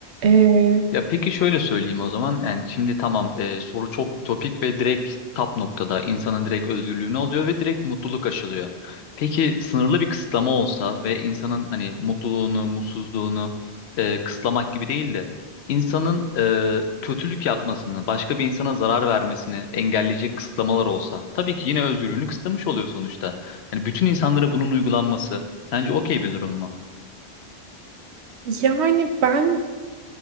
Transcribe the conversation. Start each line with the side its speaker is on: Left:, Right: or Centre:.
Right: Ee,
Left: Ya peki şöyle söyleyeyim o zaman. Yani şimdi tamam e, soru çok ütopik ve direkt tap noktada insanın direkt özgürlüğünü alıyor ve direkt mutluluk aşılıyor. Peki sınırlı bir kısıtlama olsa ve insanın hani mutluluğunu, mutsuzluğunu e, kısıtlamak gibi değil de insanın e, kötülük yapmasını, başka bir insana zarar vermesini engelleyecek kısıtlamalar olsa tabii ki yine özgürlüğünü kısıtlamış oluyor sonuçta. Hani bütün insanlara bunun uygulanması sence okey bir durum mu?
Right: yani ben